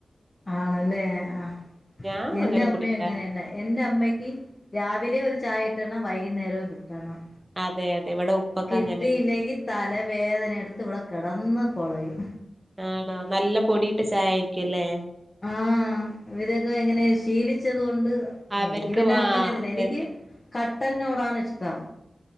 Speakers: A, on the left; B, on the right.
A: ആണല്ലേ ആഹ്
B: ഞാൻ
A: എന്റെ
B: അങ്ങനെ
A: അമ്മേം
B: കുടിക്കാറില്ല
A: അങ്ങനെയന്നെ എന്റെ അമ്മയ്ക്ക് രാവിലെ ഒരു ചായ കിട്ടണം വൈക്ന്നേരോം കി കണം
B: അതെ അതെ ഇവിടെ ഉപ്പക്ക്
A: കിട്ടിയില്ലെങ്കി
B: അങ്ങനെയാണ്
A: തലവേദന എടുത്ത് ഇവിടെ കിടന്ന്. പൊളയും.
B: ആണോ നല്ല പൊടിയിട്ട ചായ ആയിരിക്കുല്ലേ?
A: ആഹ് ഇവരത് എങ്ങനെ ശീലിച്ചത്കൊൺ ട് അഹ്
B: അവർക്ക്
A: എനിക്ക് പിന്നെ
B: ആ
A: അങ്ങനെയൊന്നില്ല
B: അതെ
A: എനിക്ക്
B: അതെ
A: കട്ടനോടാണ് ഇഷ്ടം.